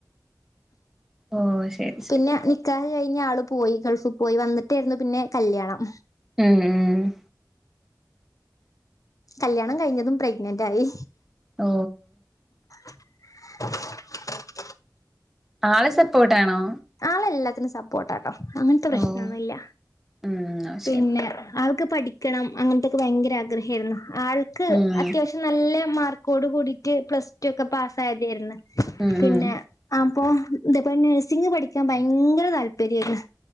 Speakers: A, in the centre; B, on the left.
A: ഓഹ് ശരി
B: പിന്നെ
A: ശരി
B: നിക്കാഹ കഴി ആള് പോയി ഗൾഫിൽ പോയി വന്നിട്ടായിരുന്നു പിന്നെ കല്യാണം
A: ഉം ഉ
B: കല്യാണം കഴിഞ്ഞതും പ്രഗ്നന്റ് ആയി
A: ഓ
B: <unintelligible>
A: ആള് സപ്പോർട്ട ട്ടാണോ
B: ആളെല്ലാത്തിനും സപ്പോർട്ടാട്ടോ അങ്ങനത്തെ പ്രശ്നംന്നുംഇല്ല
A: ഓഹ് ഉം അത്
B: പിന്നെ
A: ശരി
B: അവക്ക് പഠിക്കണം അങ്ങനത്തെൊക്കെ ഭയങ്കര ആഗ്രഹമായിരുന്നു ആൾക്ക്
A: ഉം
B: അത്യാവശ്യം നല്ല മാർക്കോട് കൂടിയിട്ട് പ്ലസ് ടു ഒക്കെ പാസ്സയതായിരുന്നു
A: ഉം
B: പിന്നെ
A: ഉം
B: അപ്പൊ ഇതോ പ്പം നഴ്സിംഗ് പഠി ക്കാൻ ഭയങ്കര താല്പര്യമായിരുന്നു